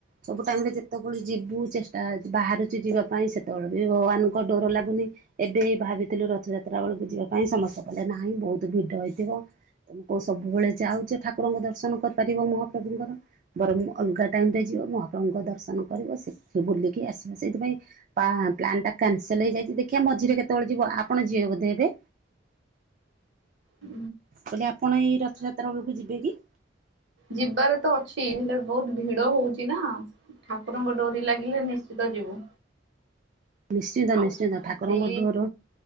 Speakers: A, on the right (about 45°); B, on the right (about 70°).
A: ସବୁ ଟାଇମ ରେ ଯେତେବେଳେ ଯିବୁ ଚେଷ୍ଟା ବାହାରୁଛି ଯିବା ପାଇଁ ସେତେବେଳେ ଭଗବାନଙ୍କ ଡୋର ଲାଗୁନି ଏବେ ଭାବିଥିଲୁ ରଥଯାତ୍ରା ବେଳକୁ ଯିବା ପାଇଁ ସମସ୍ତେ ଗଲେ ନାହିଁ ବହୁତ ଭିଡ ହେଇଥିବ ତମ କୋଉ ସବୁବେଳେ ଯାଉଛ ଠାକୁରଙ୍କ ଦର୍ଶନ କରିପାରିବ ମହାପ୍ରଭୁଙ୍କର ବର ଅଲଗା ଟାଇମ ରେ ଯିବ ମହାପ୍ରଭୁଙ୍କ ଦର୍ଶନ କରିବ ସେଠି ବୁଲିକି ଆସିବ ସେଇଥିପାଇଁ ପ୍ଲାନ୍ ଟା କ୍ୟାନସଲ ହେଇଯାଇଛି ଦେଖିବା ମଝିରେ କେତେବେଳେ ଯିବ ଆପଣ ଯିବେ ବୋଧେ ହେବେ
B: ହୁଁ
A: କହିଲେ ଆପଣ ଏଇ ରଥଯାତ୍ରା ବେଳକୁ ଯିବେ କି
B: ଯିବାରେ ତ ଅଛି ହେଲେ ବହୁତ୍ ଭିଡ଼ ହଉଛି ନା ଠାକୁରଙ୍କ ଡୋରି ଲାଗିଲେ ନିଶ୍ଚିତ ଯିବୁ
A: ନିଶ୍ଚିନ୍ତ
B: ଆଉ
A: ନିଶ୍ଚିନ୍ତ
B: ଶନ୍ତି
A: ଠାକୁରଙ୍କ ଡୋର